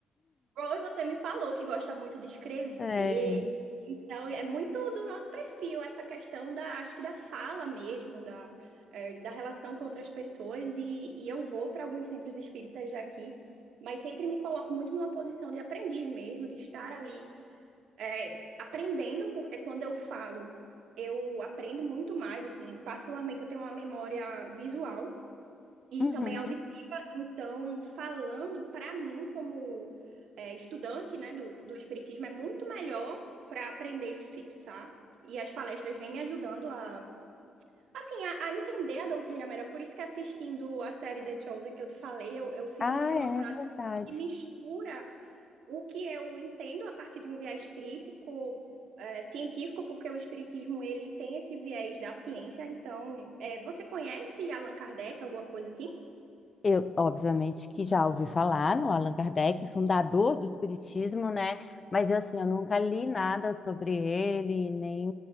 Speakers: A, on the right; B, on the left.
A: Roy, você me falou que gosta muito de escrever.
B: É.
A: Então, é muito do nosso perfil essa questão da, acho que da fala mesmo, da, é, da relação com outras pessoas. E, e eu vou para alguns centros espíritas daqui, mas sempre me coloco muito numa posição de aprendiz mesmo, de estar ali é, aprendendo, porque quando eu falo, eu aprendo muito mais, assim, particularmente eu tenho uma memória visual e
B: Uhum.
A: também auditiva, então falando para mim como é, estudante, né, do, do espiritismo é muito melhor para aprender e fixar, e as palestras vêm me ajudando a Assim, a, a entender a doutrina melhor, por isso que assistindo a série The Chosen que eu te falei, eu, eu fico
B: Ah,
A: muito emocionada,
B: é verdade.
A: que mistura o que eu entendo a partir de um viés crítico, eh, científico, porque o espiritismo ele tem esse viés da ciência. Então, é você conhece Allan Kardec, alguma coisa assim?
B: Eu, obviamente, que já ouvi falar no Allan Kardec, fundador do Espiritismo, né? Mas eu, assim, eu nunca li nada sobre ele, nem,